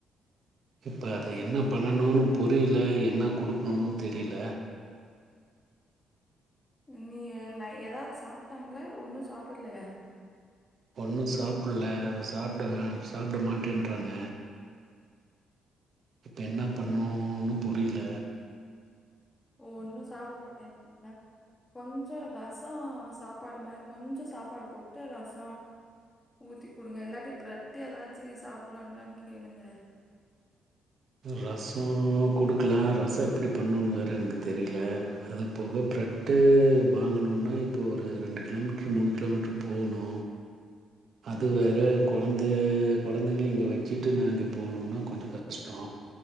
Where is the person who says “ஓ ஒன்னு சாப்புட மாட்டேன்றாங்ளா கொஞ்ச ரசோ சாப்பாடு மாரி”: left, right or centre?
Left